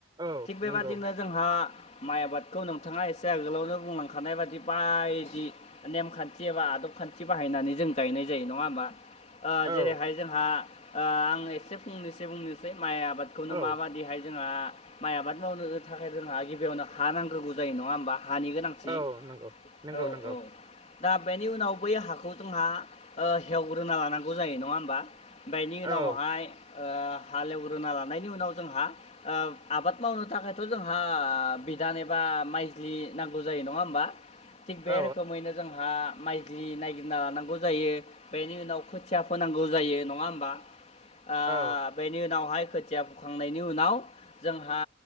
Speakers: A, on the right; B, on the left.
A: औ
B: थिग बेबादिनो
A: नंगौ
B: जोंहा माइ आबादखौ नोंथाङा एसे आगोलावनो बुंलांखानाय बादि बायदि नेमखान्थि एबा आदब खान्थि बाहायनानै जों गायनाय जायो नङा होमबा ओ
A: औ
B: जेरैहाय जोंहा ओ आं एसे फंनोसै बुंनोसै माइ आबादखौनो
A: औ
B: माबादि दिहाय जोंहा माइ आबाद मावनो थाखाय जोंहा गिबियावनो हा नांग्रोगौ जायो नङा होमबा हानि गोनां थि
A: औ नंगौ नंगौ
B: औ
A: नंगौ
B: औ दा बेनि उनाव बै हाखौ जोंहा हेवग्रोना लानांगौ जायो नङा होमबा बेनि उनावहाय
A: औ
B: ओ हालेवग्रोना लानायनि उनाव जोंहा ओ आबाद मावनो थाखायथ' जोंहा बिदान एबा माइ जि नांगौ जायो नङा होमबा थिग बे
A: औ
B: रोखोमैनो जोंहा माइलि नायगिरना लानांगौ जायो बेनि उनाव खोथिया फोनांगौ जायो नङा होमबा ओ
A: औ
B: बेनि उनावहाय खोथिया फुखांनायनि उनाव जोंहा